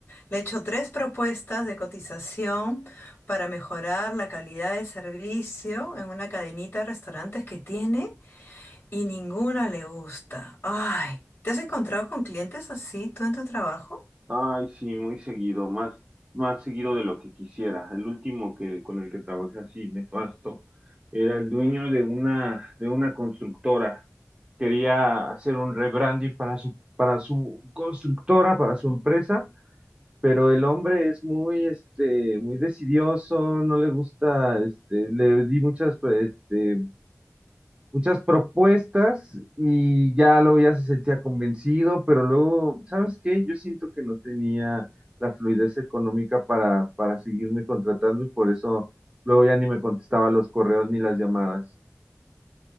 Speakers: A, on the left; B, on the right.
A: Le he hecho tres propuestas de cotización para mejorar la calidad de servicio en una cadenita de restaurantes que tiene y ninguna le gusta. Ay, ¿te has encontrado con clientes así tú en tu trabajo?
B: Ay, sí, muy seguido, más, más seguido de lo que quisiera. El último que con el que trabajé así nefasto era el dueño de una de una constructora. Quería hacer un rebranding para su para su constructora, para su empresa, pero el hombre es muy este muy decidioso, no le gusta este le di muchas pues, este muchas propuestas y ya luego ya se sentía convencido, pero luego, ¿sabes qué? Yo siento que no tenía la fluidez económica para, para seguirme contratando y por eso luego ya ni me contestaba los correos ni las llamadas.